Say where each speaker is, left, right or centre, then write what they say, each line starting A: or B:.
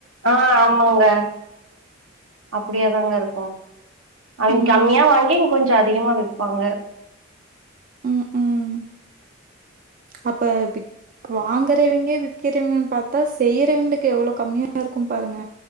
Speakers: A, on the right; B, on the right.
A: ஆ ஆமாங்க அப்டியே தாங்கருக்கும் அவிங்க
B: ம்,
A: கம்மியா வாங்கி இங்க கொஞ்ஜோ கொஞ்ஜ அதிகமா விப்பாங்க
B: ம், ம். அப்ப விக் வாங்கறவிங்கே விக்கறவங் பாத்தா செய்யறவங்களுக்கு எவ்வளோ கம்மியாருக்கும் பாருங்க